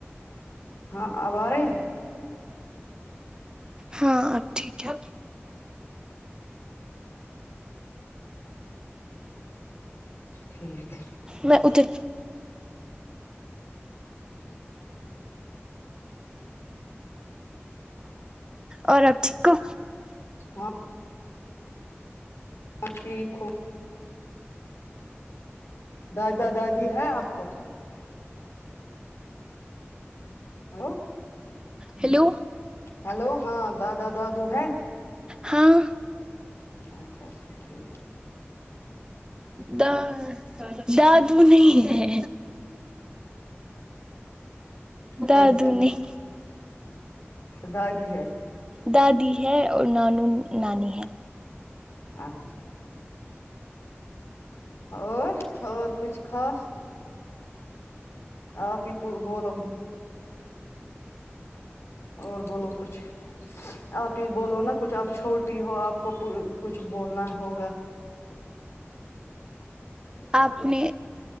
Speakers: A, on the left (about 70°); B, on the right (about 20°).
A: ہاں اب آ رہے ہیں
B: ہاں اب ٹھیک ہے
A: اچھا ٹھیک
B: میں ادھر
A: <inaudible>
B: اور اب تھک ہو
A: ہے ہاں ٹھیک ہو دادہ دادی ہے آپ کو ہیلو
B: ہیلو
A: ہیلو ہاں دادا دادو ہے
B: ہاں
A: اچھا اچھا ٹھیک
B: دا دادو نہیں ہے دادو
A: وہ ہی
B: نہیں
A: دادی ہے
B: دادی ہے اور نانو نانی ہے
A: آچھا اور اور کچھ خاص آپ ہی بولو اور بولو کچھ آپ ہی بولو نا کچھ آپ چھوٹی ہو آپ کو کچھ بولنا ہوگا
B: آپ نے